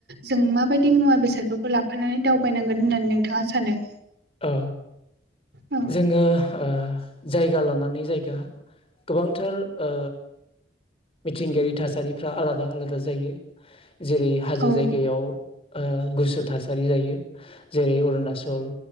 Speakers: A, on the right (about 60°); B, on the left (about 30°).
A: जों माबायदि मुवा बेसादफोर खौ लाफानानै दावबायनांगोन होननानै नोंथाङा सानो?
B: ओ
A: औ
B: जोङो आ जायगा लानानै जायगा। गोबांथार ओ मिथिंगायारि थासारिफ्रा आलादा आलादा जायो। जेरै हाजो
A: औ
B: जायगायाव आ गुसु थासारि जायो जेरै अरुनाचल